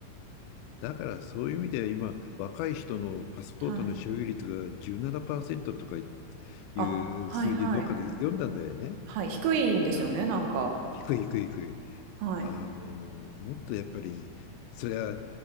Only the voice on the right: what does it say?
はい。
あ、
はいはい。はい、低いんですよね、
なんか。
はい。